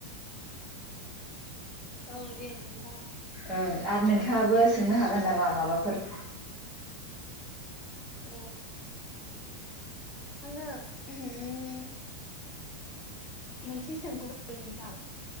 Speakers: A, on the left; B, in the centre.
A: औ दे नोंथां।
B: ओं आरो नोंथाङाबो सोंनो हागोन नामा माबाफोर
A: अ आङो उम मोनसे सोंगौमोन नोंथां।